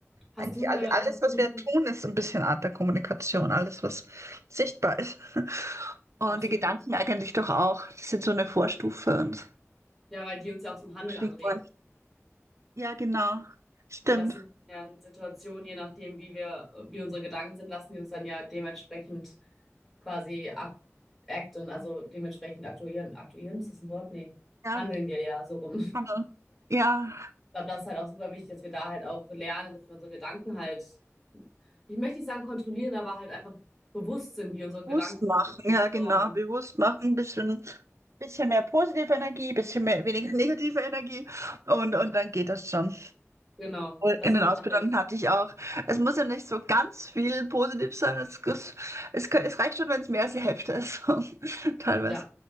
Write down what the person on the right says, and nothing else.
Eigentlich
all- alles,
was
wir tun, ist so ein bisschen Art der Kommunikation. Alles, was sichtbar ist. <laughs> Und
die Gedanken eigentlich doch auch. Das sind so eine Vorstufe und
Figuren.
Ja, genau. Stimmt.
Ja,
kann man. Ja,
bewusst machen.
Ja, genau.
Bewusst machen. Ein bisschen, bisschen mehr positive Energie, bisschen mehr, weniger <laughs> negative Energie. Und, und dann geht das schon.
In den
Ausbildungen hatte ich auch. Es muss ja nicht so ganz viel positiv sein. Es, es, es, es reicht schon, wenn es mehr als die Hälfte ist. <laughs> Teilweise.